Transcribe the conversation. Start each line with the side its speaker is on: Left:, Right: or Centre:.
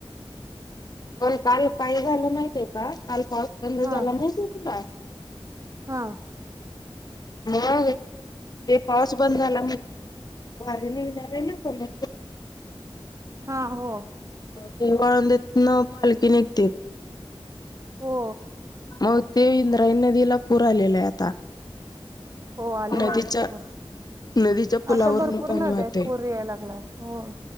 Left: पण काल काही झालं माहिती आहे का काल पाऊस बंद झाला
Right: हा
Left: माहिती आहे तुला.
Right: हा.
Left: मग ते पाऊस बंद झाला मग भारी <unintelligible> येणार आहे ना सम
Right: हा हो.
Left: देहू आळंदीतन पालखी निघते.
Right: हो.
Left: हो ते इंद्रायनी नदीला पुर आलाय आता.
Right: हो आलेला
Left: नदीच्या
Right: आहे की पोर.
Left: नदीच्या पुलावरून
Right: अशा भरपूर
Left: पाणी
Right: नद्या
Left: वाहतय
Right: आहेत पूर याय लागलाय हो.